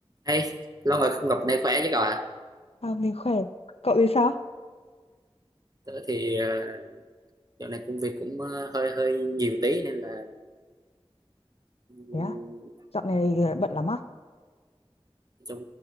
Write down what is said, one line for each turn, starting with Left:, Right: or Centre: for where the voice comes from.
Right: Hey, lâu rồi không gặp nay khỏe chứ cậu ạ?
Left: À, mình khỏe. Cậu thì sao?
Right: Tớ thì ờ, dạo này công việc cũng ờ, hơi hơi nhiều tí nên là ừm,
Left: Thế á, dạo này ờ, bận lắm á.
Right: trong